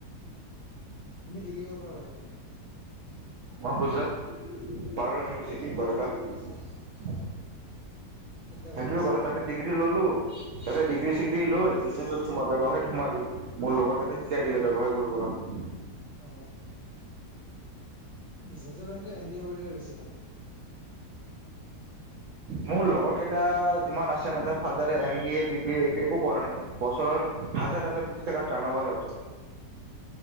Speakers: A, on the left (about 45°); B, on the right (about 70°).
A: তুমি ডিগ্ৰী কৰ পৰা কৰিলা?
B: মই গুজৰাত বাৰোদা
A: অ
B: ইউনিভৰ্চিটি
A: গুজৰাট
B: বাৰোদা।
A: অ এতিয়া
B: সেইটো
A: কৰা নাছিলা
B: কৰ তাতে ডিগ্ৰী ললো তাতে ডিগ্ৰী ললো। লৈজনেত সো ব্যৱসায়ৰ সোমাই গ মোৰ লগৰ কেইতে শিকাই দিলে ব্যয়ৱসায় কৰিবৰ কাৰণে।
A: অ বিজনেচ। টো এম বি এ কৰিলে বেছি ভাল।
B: মোৰ লগৰ কেইটা যিমান আছে ন ত ফাদাৰে M B A B B A এক একো কৰা নাই বছৰৰ হাজাৰ হাজাৰ কুটি টকা টান হ'ব সিহঁতৰ।